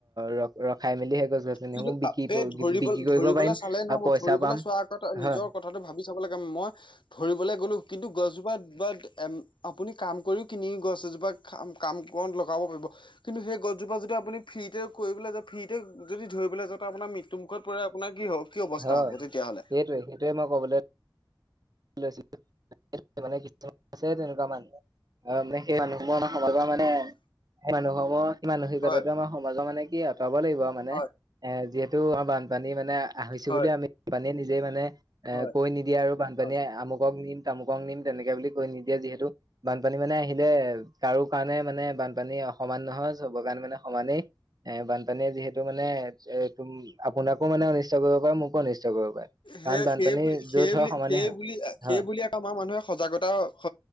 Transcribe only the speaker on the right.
ৰ ৰখাই মেলি সেই গছ গছনিসমূহ
বিক্ৰী
বিক্ৰী কৰিব
পাৰিম
আৰু পইচা
পাম
হয়
হয়
সেইটোৱে সেইটোৱে মই কবলৈ লৈছিলো মানে কিছুমান আছে তেনেকুৱা মানু আহ মানে সেই মানুহ ন খাল পা মানে মানুহ হব সেই মানসিকতাটো
আমাৰ সমাজৰ কাৰনে কি আঁতৰাব লাগিব আউ মানে।
এ যিহেতু আমাৰ বানপানী মানে আহিছো
বুলি আমি বানপানীয়ে নিজে মানে এ
কৈ নিদিয়ে আৰু বানপানীয়ে
আমুকক নিম আমুকং নিম তেনেকে বুলি কৈ নিদিয়ে যিহেতু। বানপানী মানে আহিলে কাৰো কাৰণে মানে বানপানী সমান নহয়, চবৰ কাৰনে মানে সমানেই। এ বানপানীয়ে যিহেতু মানে মানে এ টুম আপোনাকো মানে অনিষ্ট কৰিব পাৰে, মোকো অনিষ্ট কৰিব পাৰে কাৰণ
বানপানী
য'ত
হয় সমানেই
হয়
হয়